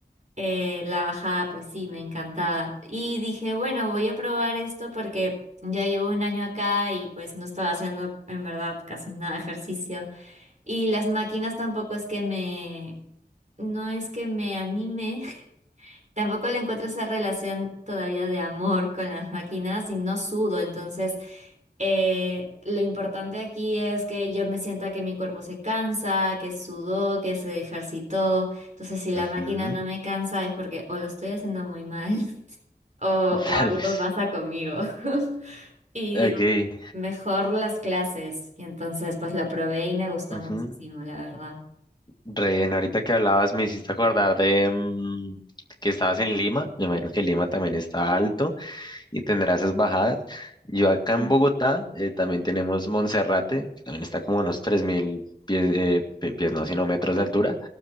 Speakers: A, on the right (about 45°); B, on the left (about 25°).
A: Eh, la bajada, pues sí, me encantaba. Y dije, bueno, voy a probar esto porque ya llevo un año acá y pues no estaba haciendo en verdad casi nada de ejercicio. Y las máquinas tampoco es que me, no es que me anime, <laughs> Tampoco le encuentro esa relación todavía de amor con las máquinas y no sudo, entonces eh, lo importante aquí es que yo me sienta que mi cuerpo se cansa, que sudó, que se ejercitó, entonces si la
B: ujú,
A: máquina no me cansa es porque o lo estoy haciendo muy mal <laughs> o,
B: <laughs>
A: o
B: tal
A: algo
B: vez.
A: pasa conmigo. <laughs> Y
B: Ok,
A: digo, mejor las clases, y entonces pues lo probé y me gustó
B: ujú.
A: muchísimo, la verdad.
B: Re ahorita que hablabas me hiciste acordar de mm, que estabas en Lima. Me imagino que Lima también está alto y tendrá esas bajadas. Yo acá en
A: Sí.
B: Bogotá eh, también tenemos Monserrate, que también está como a unos 3.000 pies, eh, pi- pies, no, sino metros de altura,